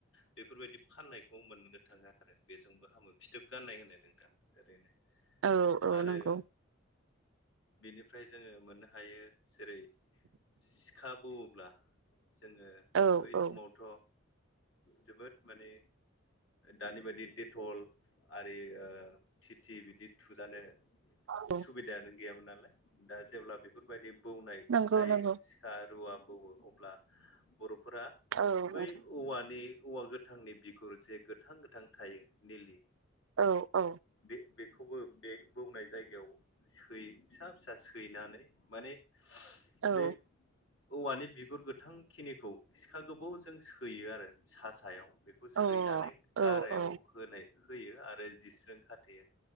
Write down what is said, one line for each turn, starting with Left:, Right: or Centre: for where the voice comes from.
Left: बेफोरबायदि फाननायखौ मोननो थाङो आरो बेजोंबो हामो फिथोब गाननाय होननाय नोंथां ओरैनो
Right: औ औ
Left: आरो
Right: नंगौ
Left: बेनि ओमफ्राय जोङो मोननो हायो जेरै सिखा बौवोब्ला जोङो
Right: औ
Left: बै
Right: औ
Left: समावथ' जोबोद माने दानि बायदि डेटल आरि टि टि बिदि थुजानो
Right: औ
Left: सुबिदायानो गैयामोन नालाय दा जेब्ला बेफोरबायदि बौनाय
Right: नंगौ
Left: जायो
Right: नंगौ
Left: सिखा रुवा फोर अब्ला बर'फोरा
Right: औ
Left: बै
Right: नोंथां
Left: औवानि औवा गोथांनि बिगुर जे गोथां गोथां थायो निलि
Right: औ औ
Left: बे बेखौबो बे बौनाय जायगायाव सै फिसा फिसा सैनानै माने
Right: औ
Left: बे औवानि बिगुर गोथांखिनिखौ सिखा गोबौ जों सैयो आरो सा सायाव बेखौ सैनानै
Right: औ औ
Left: गारायाव
Right: औ
Left: होनाय होयो आरो जिस्रि खाथेयो